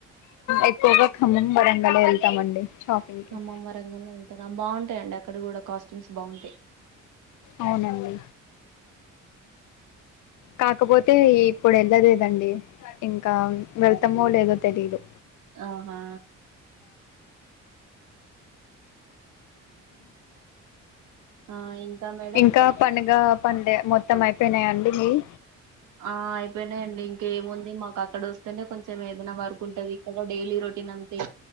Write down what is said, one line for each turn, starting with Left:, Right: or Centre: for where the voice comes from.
Left: ఎక్కువగా ఖమ్మం వరంగల్ ఎ వెళ్తామండి షాపింగ్
Right: ఖమ్మం
Left: కి
Right: వరంగల్ ఎళ్తరా బాగుంటాయండి ఆ అక్కడ కూడ కాస్ట్యూమ్స్ బాగుంటయ్
Left: అవునండి కాకపోతే ఇప్పుడు ఎళ్ళలేదండి ఇంకా వెళ్తామో లేదో తెలిదు
Right: ఆహా ఆ ఇంకా మేడం
Left: ఇంకా పండుగ పనులే మొత్తం అయిపోయినియా అండి మీయీ
Right: ఆ అయిపోనైయండి ఇంకేముంది. మాకు అక్కడ వొస్తేనే కొంచెం ఎద్. ఏమన్నా వర్క్ ఉంటది. ఇక్కడ డైలీ రొటీన్ అంతే